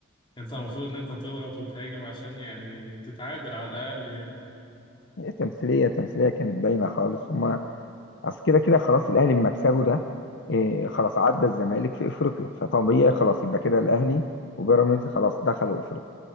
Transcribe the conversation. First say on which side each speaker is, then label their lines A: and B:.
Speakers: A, on the left (about 25°); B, on the left (about 60°).
A: انت المفروض ان انت تضغط وتهاجم عشان يعني تتعادل على الاقل يعني
B: هي تمثيلية تمثيلية كانت باينة خالص هما أصل كده كده خلاص الأهلي بمكسبه ده إيه خلاص عدى الزمالك في إفريقيا فطبيعي خلاص يبقى كده الأهلي وبيراميدز خلاص دخلوا إفريقيا